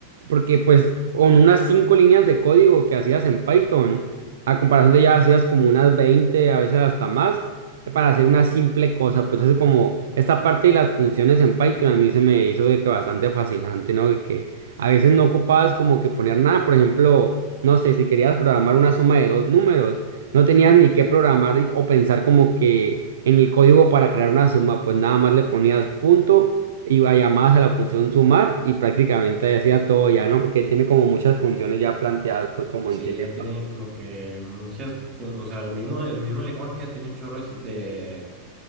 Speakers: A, on the right; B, on the right.
A: porque pues con unas cinco líneas de código que hacías en Python, a comparación de ya hacías como unas 20 a veces hasta más, eh, para hacer una simple cosa, pues es como esta parte de las funciones en Python a mí se me hizo de que bastante fascinante, ¿no? De que a veces no ocupabas como que poner nada, por ejemplo, no sé, si querías programar una suma de dos números, no tenías ni que programar y- o pensar como que en el código para crear una suma, pues nada más le ponías punto iba llamadas a la función sumar y prácticamente hacía todo ya, ¿no? Porque tiene como muchas funciones ya planteadas, pues como
B: Sí,
A: en sí.
B: ya
A: mismo.
B: tiene como que muchas, fu- o sea, el mismo, el mismo lenguaje ya tiene un chorro de